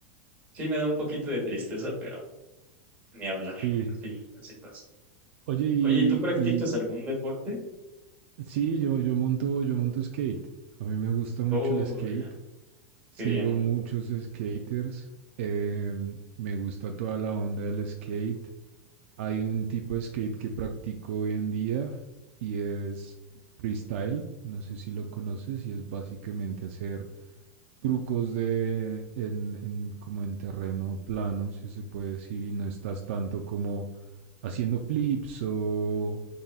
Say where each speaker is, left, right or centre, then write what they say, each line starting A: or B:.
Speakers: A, on the right; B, on the right.
A: sí me da un poquito de tristeza, pero ni hablar.
B: sí.
A: Así, así pasa.
B: Oye,
A: Oye, ¿y tú practicas
B: y,
A: algún deporte?
B: y sí, yo, yo monto, yo monto skate. A mí me gusta mucho
A: Oh,
B: el skate.
A: ya,
B: Sigo
A: qué bien.
B: muchos skaters. em, me gusta toda la onda del skate. Hay un tipo de skate que practico hoy en día y es freestyle. No sé si lo conoces y es básicamente hacer trucos de en, en- como en terreno plano, si se puede decir, y no estás tanto como haciendo flips o,